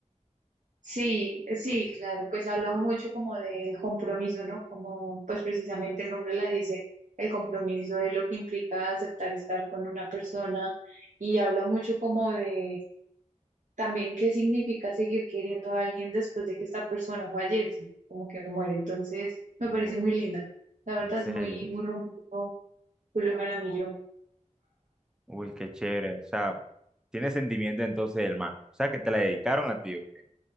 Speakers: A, on the right; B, in the centre.
A: sí, sí,
B: O sea,
A: claro, pues habla mucho como del compromiso, ¿no? Como pues precisamente el nombre la dice, el compromiso es lo que implica aceptar estar con una persona y habla mucho como de también qué significa seguir queriendo a alguien después de que esta persona fallece, como que muere. Entonces, me
B: uf,
A: parece muy linda. La verdad
B: en serio.
A: es muy, muy romántico Julio Jaramillo.
B: Uy, qué chévere. O sea, tiene sentimiento entonces el man. O sea, que te la dedicaron a ti, ¿o qué?